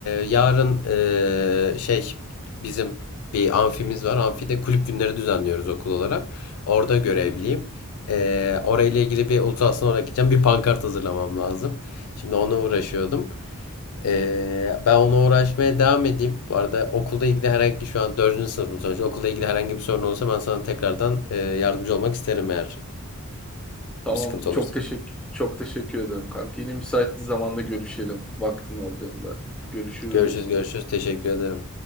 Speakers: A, on the left; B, in the centre.
A: yarın e, şey bizim bir amfimiz var. Amfide kulüp günleri düzenliyoruz okul olarak. Orada görevliyim.
B: Hı hı.
A: E, orayla ilgili bir ultrasona gideceğim. Bir pankart hazırlamam lazım. Şimdi ona uğraşıyordum. Ee, ben ona uğraşmaya devam edeyim. Bu arada okulda ilgili herhangi şu an dördüncü sınıfım sonuçta. Okulda ilgili herhangi bir sorun olursa ben sana tekrardan e, yardımcı olmak isterim eğer
B: Tamamdır.
A: bir sıkıntı
B: Çok
A: olursa.
B: teşekkür çok teşekkür ederim kanka. Yine müsait bir zamanda görüşelim. Vaktin olduğunda. Görüşürüz.
A: Görüşürüz görüşürüz. Teşekkür ederim.